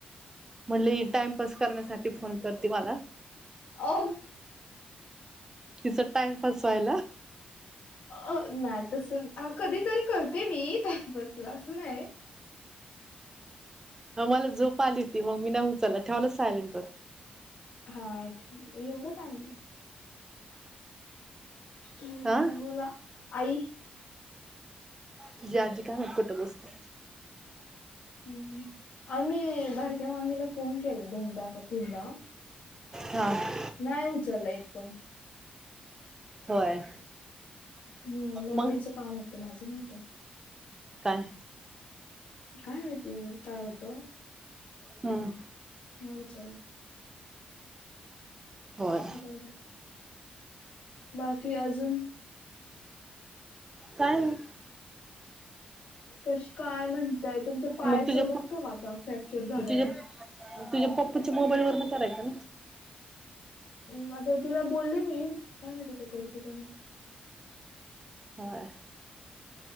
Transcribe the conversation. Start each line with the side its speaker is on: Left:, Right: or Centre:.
Right: म्हनलं, ही टाइमपास करण्यासाठी फोन करते मला.
Left: अ
Right: तिचा टाइमपास व्हायला.
Left: अ नाही, तसं हा कधीतरी करते मी टाइमपास लाज नाई.
Right: हं, मला झोप आलीती, मग मी नाई उचल्ला, ठेवला सायलेंटवर.
Left: हा, ठीव. <unintelligible> येवडं कायं मग. हम्म
Right: हा
Left: बोला, आई.
Right: तुझी आजी काय म्हणते <unintelligible> पलूसची?
Left: हम्, आम्ही बारक्या मामीला फोन केला दोनदा, का तीनदा.
Right: हा. <unintelligible>
Left: नायं उचलला एक पण.
Right: होय.
Left: हम्म, मम्मीचं
Right: मग
Left: काम होतं, माझं नव्हतं.
Right: काय?
Left: काय माहिती काय हुतं.
Right: हम्म.
Left: नाही उचलला.
Right: होय
Left: जाऊदे. बाकी अजून,
Right: काय नाही.
Left: कशी काय म्हणतायं? तुमचा पाय
Right: मग तुझ्या
Left: चमकतो
Right: प
Left: का आता फ्रॅक्चर झाल्यावर?
Right: तुझ्या तुझ्या पप्पूच्या मोबाईल वरून करायचं ना,
Left: हू. आता तिला बोलले मी, काय माहित आता करते का नाय
Right: व्हय. <unintelligible>